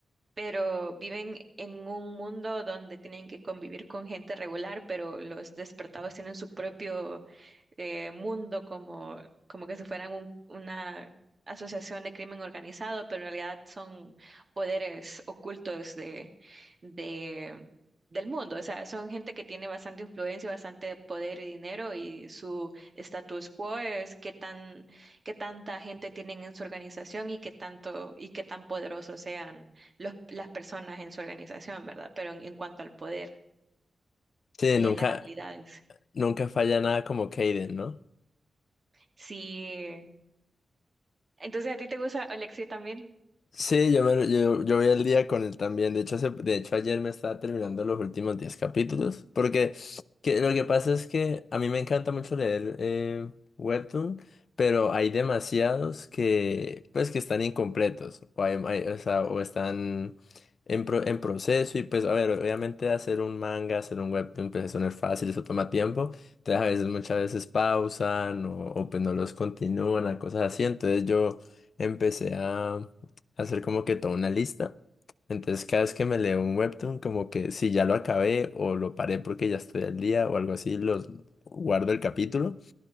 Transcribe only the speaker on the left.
Sí,
nunca,
nunca falla nada como Kaden, ¿no?
Sí, yo, me, yo, yo voy al día con él también. De hecho, hace- de hecho, ayer me estaba terminando los últimos 10 capítulos. Porque que, lo que pasa es que a mí me encanta mucho leer eh, webtoon, pero hay demasiados que, pues, que están incompletos. O, hay- hay- o sea, o están en, pro- en proceso. Y pues, a ver, obviamente hacer un manga, hacer un webtoon, pues eso no es fácil, eso toma tiempo. Entonces, a veces, muchas veces pausan o, o pues no los continúan, a cosas así. Entonces yo empecé a hacer como que toda una lista. Entonces, cada vez que me leo un webtoon, como que si ya lo acabé o lo paré porque ya estoy al día o algo así, los guardo el capítulo